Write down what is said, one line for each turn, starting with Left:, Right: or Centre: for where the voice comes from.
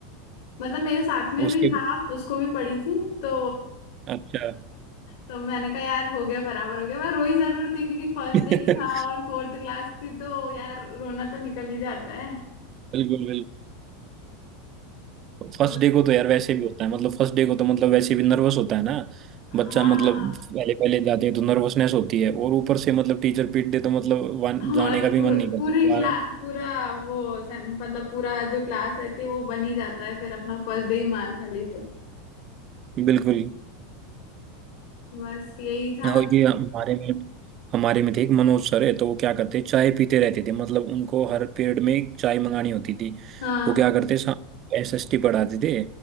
Left: मतलब मेरे साथ में
Right: उसके
Left: भी था उसको भी पड़ी थी तो
Right: अच्छा
Left: तो मैंने कहा यार हो गया बराबर हो गया मैं रोई जरूर थी क्योंकि फर्स्ट
Right: <laughs> बिल्कुल
Left: डे ही था और फोर्थ क्लास थी तो यार रोना तो निकल ही जाता है
Right: बिल्कुल फर्स्ट
Left: तो बस-
Right: डे को तो यार वैसे भी होता है मतलब फर्स्ट डे को तो मतलब वैसे भी नर्वस होता है ना बच्चा
Left: हाँ
Right: मतलब पहले पहले जाते हैं तो नर्वसनेस होती है और ऊपर से मतलब टीचर पीट दे तो मतलब वन- जाने
Left: और
Right: का भी
Left: पू-
Right: मन नहीं करता
Left: पूरी
Right: दोबारा
Left: क्लास पूरा वो से- मतलब पूरा जो क्लास रहती है वो बन ही जाता है फिर अपना फर्स्ट डे ही मार खा ली तो
Right: बिल्कुल
Left: बस यही था मैं
Right: और ये हमारे में हमारे में थे एक मनोज सर है तो वो क्या करते चाय पीते रहते थे मतलब उनको हर पीरियड में एक चाय मंगानी होती थी
Left: हाँ
Right: वो क्या करते एस एस टी पढ़ाते थे